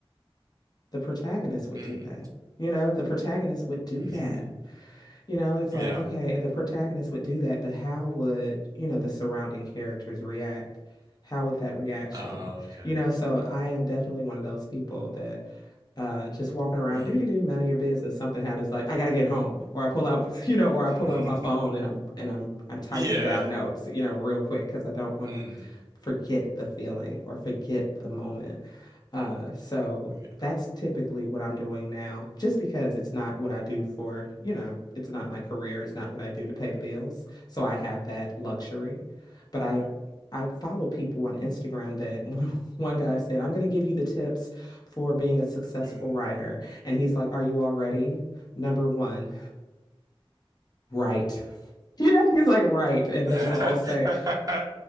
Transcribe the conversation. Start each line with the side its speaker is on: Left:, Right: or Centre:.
Left: the protagonist would
Right: Mm.
Left: do that. You know, the protagonist would do
Right: <laughs>
Left: that. You know, it's
Right: Yeah.
Left: like, okay, the protagonist would do that, but how would, you know, the surrounding characters react? How would that reaction?
Right: Oh, okay.
Left: You know, so I am definitely one of those people that uh just walking around
Right: Mm.
Left: do do do, minding your business something happens like I gotta get home or I pull out <laughs> you know or
Right: <laughs>
Left: I pull out my phone and I'm and I'm I'm typing
Right: Yeah.
Left: down notes you know real quick because I don't want
Right: Mm.
Left: to forget the feeling or forget the moment uh so
Right: Yeah.
Left: that's typically what I'm doing now just because it's not what I do for you know it's not my career it's not what I do to pay
Right: Yeah.
Left: the bills so I have that luxury but I
Right: Okay.
Left: I follow people on Instagram that <laughs> one guy said, I'm going to give you the tips for being a successful
Right: Mm.
Left: writer. And he's like, Are you all ready? Number one, write. <laughs> You know, he's like, write. And
Right: <laughs>
Left: they all say,